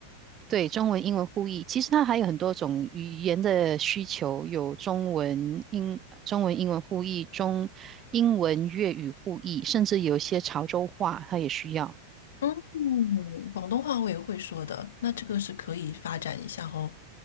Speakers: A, on the right (about 30°); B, on the left (about 60°).
A: 对，中文、英文互译，其实它还有很多种语言的需求，有中文、英、中文、英文互译，中英文、粤语互译，甚至有一些潮州话，它也需要，
B: 嗯，广东话我也会说的，那这个是可以发展一下哦。